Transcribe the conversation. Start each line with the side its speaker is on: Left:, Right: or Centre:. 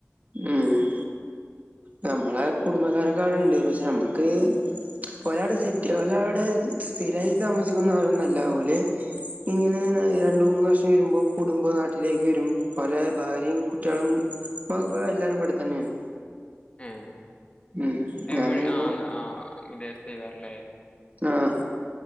Right: ഉം നമ്മളെ കുടുംബക്കാരക്കൊടുണ്ട് പക്ഷെ നമ്മക്ക് ഒരാവിടെ സെറ്റ് ഒരാവിടെ സ്ഥിരായി താമസിക്കുന്നവരൊന്നല്ല ഓല് ഇങ്ങനെ രണ്ട് മൂന്ന് വർഷം വരുമ്പോ കൂടുമ്പോ നാട്ടിലേക്ക് വരും അവര് ഭാര്യയും കുട്ടികളും പ്പൊ വ എല്ലാരും ഇവിടെ തന്നെയാണ്.
Left: ഏഹ്
Right: ഉം
Left: എവി
Right: ഞാനിപ്പോ
Left: ആഹ് ആഹ് വിദേശത്തേക്കാറല്ലേ
Right: ആഹ്